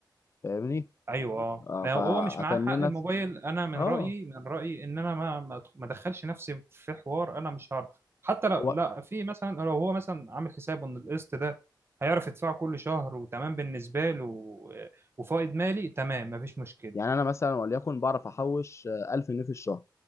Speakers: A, on the left; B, on the right.
A: فاهمني
B: ايوه اه
A: آه،
B: ما
A: فاتننت
B: هو هو مش معاه حق الموبايل انا من
A: اه
B: رايي من رايي ان انا ما ما أدخ- ما ادخلش نفسي في حوار انا مش هعرف حتى لو
A: هو
B: لا في مثلا لو هو مثلا عامل حسابه ان القسط ده هيعرف يدفعه كل شهر وتمام بالنسبه له و- وفائض مالي تمام مفيش مشكله
A: يعني انا مثلا وليكن بعرف احوش آه، 1000 جنيه في الشهر